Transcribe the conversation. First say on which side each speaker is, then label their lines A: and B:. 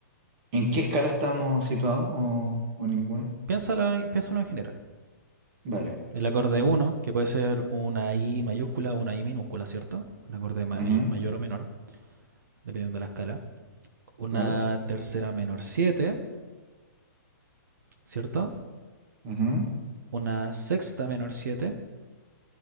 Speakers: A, on the right (about 30°); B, on the right (about 65°).
A: ¿En qué escala estamos situados o, o ninguna?
B: piénsalo, piénsalo en general.
A: Vale.
B: El acorde uno que puede ser una I mayúscula o una I minúscula, ¿cierto? Un acorde may-
A: Ujú,
B: mayor o menor, dependiendo de la escala. Una
A: Claro.
B: tercera menor siete ¿cierto?
A: Ujú,
B: Una sexta menor siete